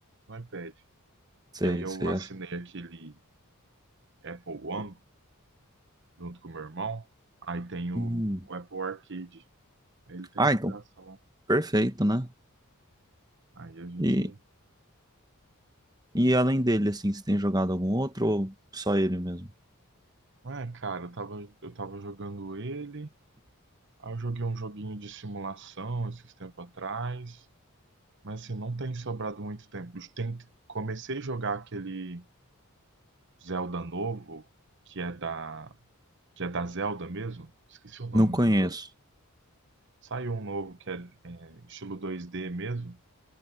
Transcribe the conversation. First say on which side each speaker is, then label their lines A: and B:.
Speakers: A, on the right; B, on the right.
A: no iPad.
B: Sei,
A: E aí eu
B: sei,
A: assinei
B: acho.
A: aquele Apple One junto com o meu irmão. Aí tem o,
B: Hum.
A: o Apple Arcade. Aí ele tem
B: Ah,
A: de
B: então,
A: graça lá.
B: perfeito, né?
A: Aí a gente.
B: E, e além dele, assim, você tem jogado algum outro ou só ele mesmo?
A: É, cara, eu tava, eu tava jogando ele. Aí eu joguei um joguinho de simulação esses tempos atrás. Mas assim, não tem sobrado muito tempo. Tem, comecei a jogar aquele. Zelda novo, que é da, que é da Zelda mesmo. Esqueci o nome
B: Não conheço.
A: do jogo. Saiu um novo que é, é, estilo 2D mesmo,